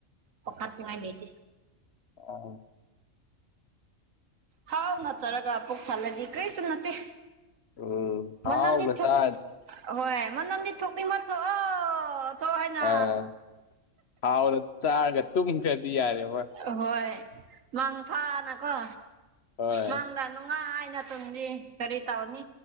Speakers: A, on the right; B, on the left.
A: ꯄꯈꯥ ꯀꯉꯥꯏ ꯂꯩꯇꯦ
B: ꯑ
A: ꯍꯥꯎ ꯉ ꯆꯔꯒ ꯄꯨꯣꯛꯛ ꯊꯜꯂꯗꯤ ꯀꯔꯤꯁꯨ ꯅꯠꯇꯦ
B: ꯎ ꯍꯥꯎ
A: ꯃꯅꯝꯗꯤ
B: ꯄ꯭ꯔꯁꯥꯗ
A: ꯊꯣꯛ ꯍꯣꯏ ꯃꯅꯝꯗꯤ ꯊꯣꯛꯅꯤꯡꯕ ꯊꯣꯛꯑꯣ ꯊꯣꯛꯑꯣ ꯍꯥꯏꯅ
B: ꯑꯥ ꯍꯥꯎꯅ ꯆꯥꯒ ꯇꯨꯝꯈ꯭ꯔꯗꯤ ꯌꯥꯔꯦꯕ
A: ꯑꯍꯣꯏ ꯃꯪ ꯐꯥꯅꯀꯣ
B: ꯍꯣꯏ
A: ꯃꯪꯗ ꯅꯨꯡꯉꯥꯏ ꯍꯥꯏꯅ ꯇꯗꯤ ꯀꯔꯤ ꯇꯥꯎꯅꯤ